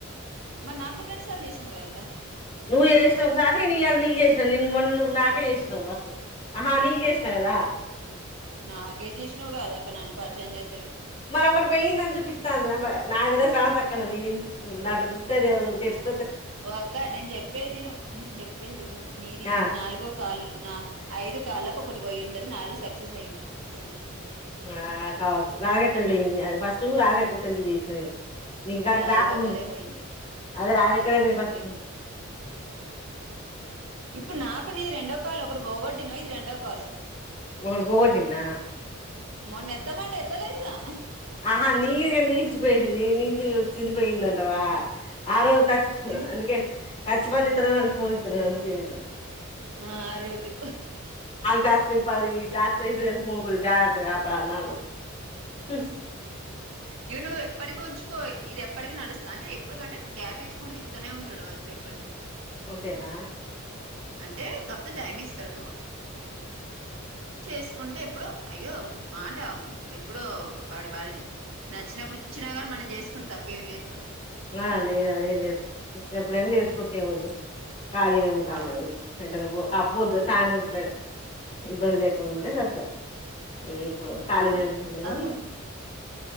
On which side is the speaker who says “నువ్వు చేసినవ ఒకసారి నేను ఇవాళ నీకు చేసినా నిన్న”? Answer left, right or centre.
Left